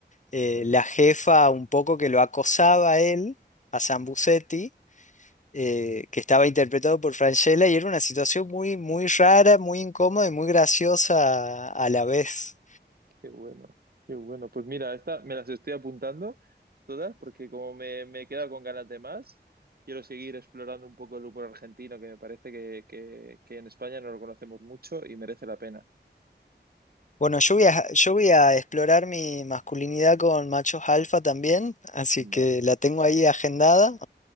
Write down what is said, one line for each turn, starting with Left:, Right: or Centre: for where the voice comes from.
Left: eh,
Right: ¿sí?
Left: la jefa un poco que lo acosaba a él, a Sambucetti, eh, que estaba interpretado por Francella, y era una situación muy, muy rara, muy incómoda y muy graciosa a, a la vez.
Right: Qué bueno, qué bueno. Pues mira, esta me las estoy apuntando todas porque como me, me he quedado con ganas de más, quiero seguir explorando un poco el humor argentino que me parece que, que, que en España no lo conocemos mucho y merece la pena.
Left: Bueno, yo voy a, yo voy a explorar mi masculinidad con machos alfa también, así
Right: Vale,
Left: que la tengo ahí agendada.